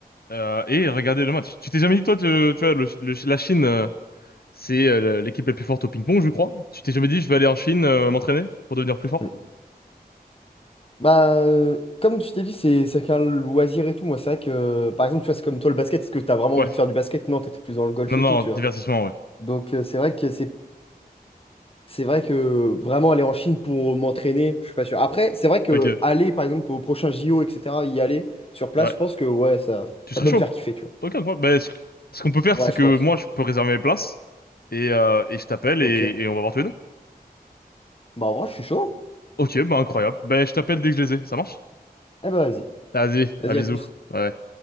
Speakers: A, on the left (about 75°); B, on the left (about 35°).
A: euh, et regarder le match. Tu t'es jamais dit, toi, tu, tu vois, le- le- la Chine, euh, C'est euh, l'équipe la plus forte au ping-pong, je crois. Tu t'es jamais dit, je vais aller en Chine euh, m'entraîner pour devenir plus fort?
B: Mm. Bah, euh, comme je t'ai dit, c'est c'est qu'un loisir et tout. Moi, c'est vrai que, euh, par exemple, tu vois, c'est comme toi le basket, est-ce que t'as vraiment
A: Ouais.
B: envie de faire du basket? Non, t'étais plus dans le golf
A: Non, non,
B: et tout, tu vois.
A: divertissement, ouais.
B: Donc, euh, c'est vrai que c'est C'est vrai que vraiment aller en Chine pour m'entraîner, je suis pas sûr. Après, c'est vrai que
A: Ok,
B: aller par exemple au prochain JO, etc., y aller sur place,
A: ouais.
B: je pense que ouais, ça,
A: Tu
B: ça
A: serais
B: peut
A: chaud?
B: me faire kiffer, tu
A: Ok, quoi. Ben, ce ce qu'on peut faire,
B: vois.
A: c'est
B: Ouais, je
A: que
B: pense.
A: moi, je peux réserver mes places et, euh, et je t'appelle
B: Ok.
A: et, et on va voir tous les deux.
B: Bah en vrai, je suis chaud.
A: Ok, ben incroyable. Ben, je t'appelle dès que je les ai. Ça marche?
B: hein. Eh ben vas-y.
A: Vas-y,
B: Vas-y,
A: à bisous.
B: à plus.
A: Ouais. ouais.